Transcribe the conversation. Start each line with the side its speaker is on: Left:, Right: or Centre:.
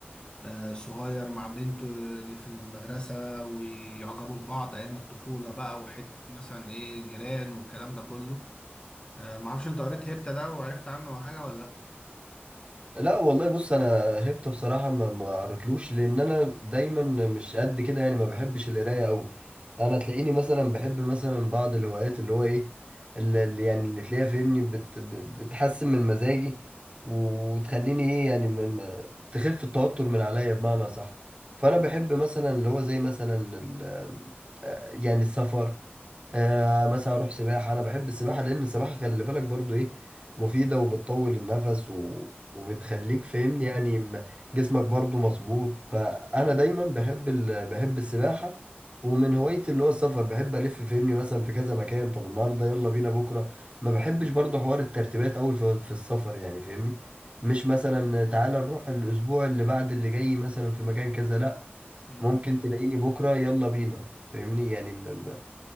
Left: آه صغير مع بنته اللي في المدرسه ويعجبوا ببعض ايام الطفوله بقى وحته مثلا ايه جيران والكلام ده كله آه معرفش انت قريت هيبتا ده وعرفت عنه حاجه ولا لا
Right: لا والله بص انا هبت بصراحه ما ما قريتلوش لان انا دايما مش قد كده يعني ما بحبش القرايه قوي انا تلاقيني مثلا بحب مثلا بعض الهوايات اللي هو ايه اللي اللي يعني اللي تلاقيها فهمني بت ب- بتحسن من مزاجي وتخليني ايه يعني ما- ما- تخف التوتر من عليا بمعنى صح فانا بحب مثلا اللي هو زي مثلا ال- آه، يعني السفر آه مثلا اروح سباحه انا بحب السباحه لان السباحه خلي بالك برضو ايه مفيده وبتطول النفس و... وبتخليك فاهمني يعني م- جسمك برضو مظبوط فانا
Left: مم.
Right: دايما بحب ال... بحب السباحه ومن هوايتي
Left: مم.
Right: اللي هو السفر بحب الف فاهمني مثلا في كذا مكان طب النهارده يلا بينا بكره ما بحبش
Left: مم.
Right: برضو حوار الترتيبات قوي في... في السفر يعني فاهمني مش مثلا تعالى نروح الاسبوع اللي بعد اللي جاي مثلا في مكان كذا لا
Left: مم.
Right: ممكن تلاقيني بكرة يلا بينا فاهمني يعني م- م-